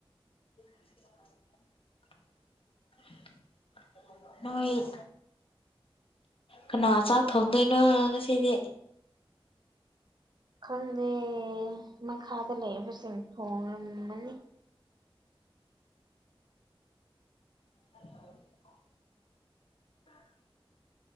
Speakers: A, on the left; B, on the right.
A: <unintelligible> ꯅꯣꯏ ꯀꯅꯥ ꯆꯥꯛ ꯊꯣꯡꯗꯣꯏꯅꯣ ꯉꯁꯤꯗꯤ
B: ꯈꯪꯗꯦ ꯃꯈꯥꯗ ꯂꯩꯕꯁꯤꯡ ꯊꯣꯉꯝꯃꯅꯤ
A: ꯎ ꯎ